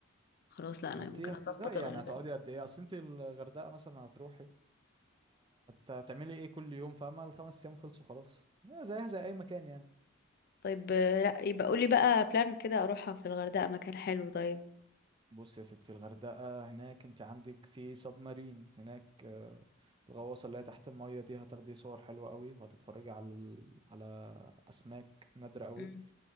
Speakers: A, on the left; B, on the right.
A: خلاص لا أنا
B: ما انت
A: ممكن
B: هتزهقي
A: أظبط الغردقة
B: يعني هتقعدي قد ايه اصل انت الغردقه مثلا هتروحي هتعملي ايه كل يوم فاهمه الخمس ايام خلصوا خلاص اه زيها زي اي مكان يعني
A: طيب آه، لا يبقى قولي بقى بلان كده أروحها في الغردقة مكان حلو طيب
B: بص يا ستي الغردقة هناك انت عندك في سب مارين هناك آه، الغواصة اللي هي تحت المية دي هتاخدي صور حلوة قوي وهتتفرجي على ال... على أسماك نادرة قوي
A: مم.